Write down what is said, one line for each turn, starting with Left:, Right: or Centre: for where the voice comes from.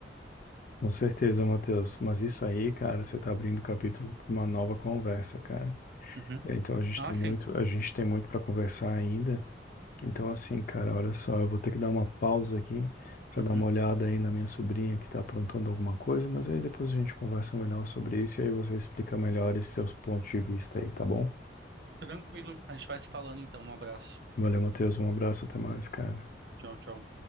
Left: Com certeza, Matheus. Mas isso aí, cara, você tá abrindo o capítulo para uma nova conversa, cara.
Right: Uhum.
Left: É, Então a gente
Right: Ah,
Left: tem
Right: sim.
Left: muito, a gente tem muito para conversar ainda. Então assim, cara, olha só, eu vou ter que dar uma pausa aqui para
Right: Uhum.
Left: dar uma olhada aí na minha sobrinha que tá aprontando alguma coisa, mas aí depois a gente conversa melhor sobre isso e aí você explica melhor esses seus pontos de vista aí, tá bom?
Right: Tranquilo. A gente vai se falando então. Um abraço.
Left: Valeu, Matheus. Um abraço, até mais, cara.
Right: Tchau, tchau.